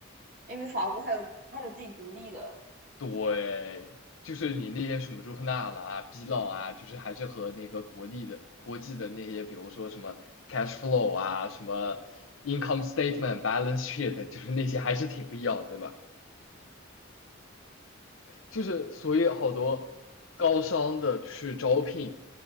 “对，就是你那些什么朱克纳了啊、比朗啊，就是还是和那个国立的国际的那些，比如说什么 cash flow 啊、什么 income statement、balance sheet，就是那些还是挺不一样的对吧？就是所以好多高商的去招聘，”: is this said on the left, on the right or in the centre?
Left